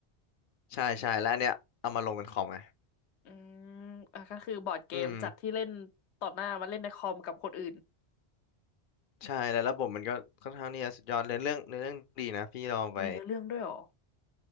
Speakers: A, on the left; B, on the left.
A: ใช่ใช่แล้วอันเนี้ยเอามาลงเป็นคอมไง
B: อืมอ่ะก็คือบอร์ดเกมจากที่เล่นต่อหน้ามาเล่นในคอมกับคนอื่น
A: อืมใช่แล้วระบบมันก็ค่อนข้างที่จะสุดยอดเรื่องเรื่องเนื้อเรื่องดีนะพี่ลองไป
B: มีเนื้อเรื่องด้วยเหรอ